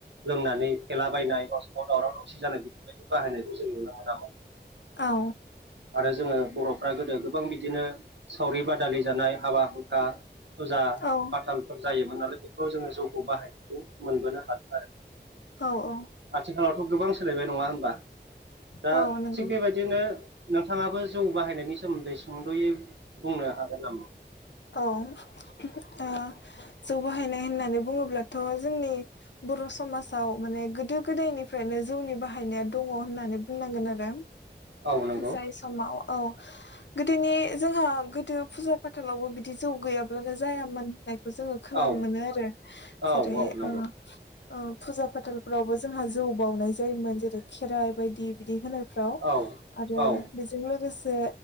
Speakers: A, on the right; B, on the left.
A: लोंनानै फेलाबायनाय गावजों गाव दावराव दावसि जानाय बेफोरबायदि बाहायनायखौ जों नुनो मोना <unintelligible>
B: औ
A: आरो जोङो बर'फ्रा गोदो गोबां बिदिनो सावरि बादालि जानाय हाबा हुंखा फुजा
B: औ
A: फाथालफोर जायोमोन नालाय बेफोराव जोङो जौखौ बाहायनायखौ मोनबोनो हादों आरो
B: औ औ
A: आथिखालावथ' गोबां सोलायबाय नङा होनबा दा
B: औ नंगौ
A: थिग बेबायदिनो नोंथाङाबो जौ बाहायनायनि सोमोन्दै सुंद'यै बुंनो हागोन नामा?
B: औ ओ जौ बाहायनाय होननानै बुङोब्लाथ' जोंनि बर' समाज आव माने गोदो गोदायनिफ्रायनो जौनि बाहायनाया दङ होननानै बुंनांगोन आरो
A: औ नंगौ
B: जाय समाव औ गोदोनि जोंहा गोदो फुजा फाथालावबो बिदि जौ गैयाब्लानो जायामोन होननाय जोङो खोनानो
A: औ
B: मोनो आरो
A: औ
B: जेरै
A: औ नंगौ
B: ओ औ फुजा फाथालफोरावबो जोंहा जौ बावउनाय जायोमोन जेरै खेराइ बायदि बिदि होनो फ्राव
A: औ
B: आरो
A: औ
B: बे लोगोसे